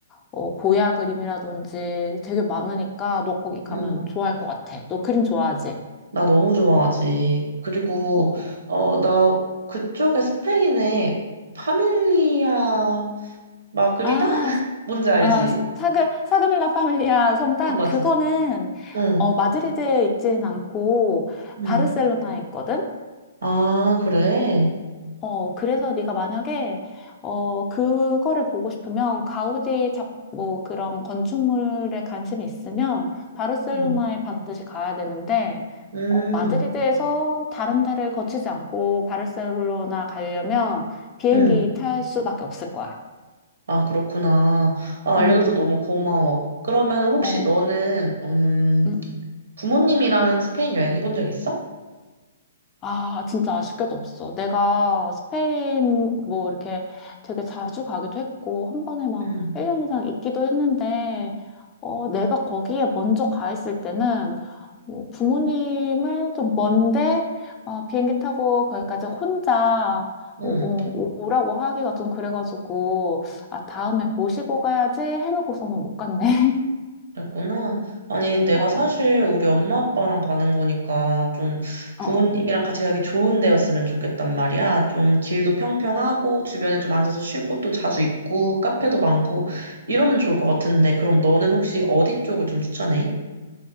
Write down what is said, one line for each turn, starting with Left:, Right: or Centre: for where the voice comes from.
Left: 어, 고야 그림이라든지 되게 많으니까 너 거기 가면
Right: 음.
Left: 좋아할 것 같아. 너 그림 좋아하지?
Right: 나 너무 좋아하지. 그리고,
Left: 어,
Right: 어, 나 그쪽에 스페인에 파밀리아 마그리다?
Left: 아,
Right: <laughs> 뭔지 알지?
Left: 아, 사그, 사그밀라 파밀리아 성당
Right: 어, 맞아.
Left: 그거는
Right: 응,
Left: 어, 마드리드에 있진 않고
Right: 응.
Left: 바르셀로나에 있거든.
Right: 아, 그래?
Left: 어, 그래서 네가 만약에 어, 그거를 보고 싶으면 가우디 작, 뭐 그런 건축물에 관심이 있으면 바르셀로나에
Right: 응
Left: 반드시 가야 되는데
Right: 음,
Left: 어, 마드리드에서 다른 데를 거치지 않고 바르셀로나 가려면 비행기
Right: 음.
Left: 탈 수밖에 없을 거야.
Right: 아, 그렇구나. 아, 알려줘서
Left: 음.
Right: 너무 고마워. 그러면 혹시
Left: 어.
Right: 너는, 음,
Left: 음. 음.
Right: 부모님이랑 스페인 여행 해본 적 있어?
Left: 아, 진짜 아쉽게도 없어. 내가 스페인 뭐 이렇게 되게 자주 가기도 했고, 한 번에 막
Right: 응,
Left: 1년 이상 있기도 했는데, 어, 내가 거기에 먼저 가 있을 때는 뭐 부모님을 좀 먼데, 아, 비행기 타고 거기까지 혼자
Right: 응.
Left: 오, 라고 하기가 좀 그래가지고, 아, 다음에 모시고 가야지 해놓고서는 못 갔네. <laughs>
Right: 그랬구나. 아니, 내가
Left: 어,
Right: 사실 우리 엄마 아빠랑 가는 거니까 좀
Left: 어,
Right: 부모님이랑
Left: 어.
Right: 같이 가기 좋은 데였으면 좋겠단 말이야. 좀 길도 평평하고 주변에 좀 앉아서 쉴 곳도 자주 있고 카페도 많고 이러면 좋을 것 같은데 그럼 너는 혹시 어디 쪽을 좀 추천해?